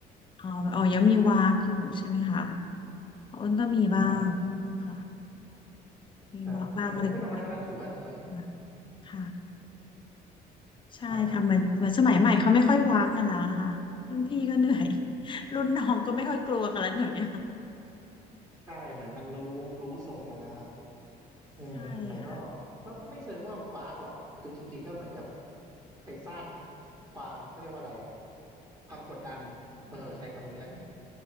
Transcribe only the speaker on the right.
ครับ
ครับของผมก็น้อยแล้วถือว่าน้อย
ครับก็
ใช่เหมือนมันรู้รู้ทรงกันแล้วครับอืมแต่ก็
ก็ก็ไม่เชิงว่าวากหรอกคือจริงๆก็เหมือนกับไปสร้างความเขาเรียกว่าอะไร ความกดดันเออใช้คำนี้แล้วกัน